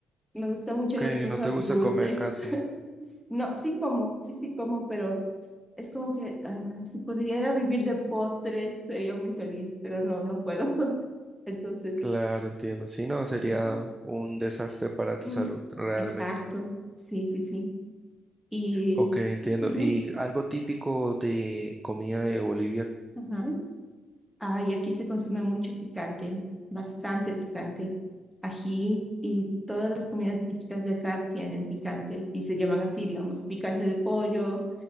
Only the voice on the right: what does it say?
Ok,
no te gusta
comer casi.
Claro, entiendo. Si no, sería
un desastre para
tu salud, realmente.
Ok, entiendo.
¿Y algo típico de comida de Bolivia?